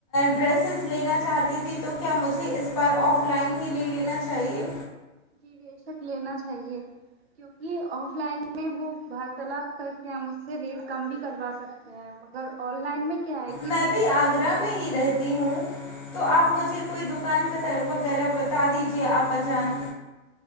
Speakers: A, on the left; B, on the right.
A: ڈریسز لینا چاہتی تھی تو کیا مجھے اس بار آف لائن ہی لے لینا چاہیے
B: جی بے شک لینا چاہیے کیونکہ آف لائن میں وہ بارتالپ کر کے ہم اس سے ریٹ کم بھی کروا سکتے ہیں مگر آن لائن میں کیا ہے کہ
A: میں
B: وہ
A: بھی
B: فکس
A: آگرہ
B: ریٹ ہوتی
A: میں ہی
B: ہے
A: رہتی ہوں تو آپ مجھے کوئی دکان وغیرہ بتا دیجیے آپاجان